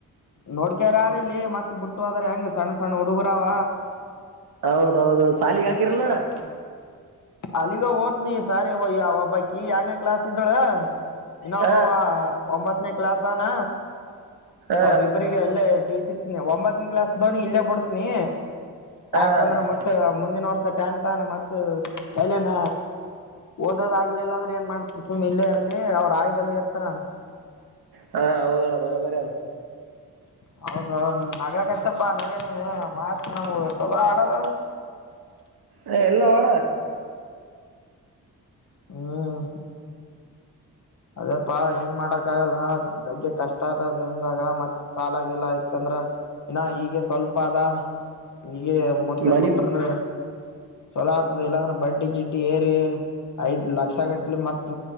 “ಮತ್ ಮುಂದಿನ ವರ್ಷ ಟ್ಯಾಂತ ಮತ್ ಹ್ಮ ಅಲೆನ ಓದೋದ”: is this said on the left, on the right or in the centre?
Left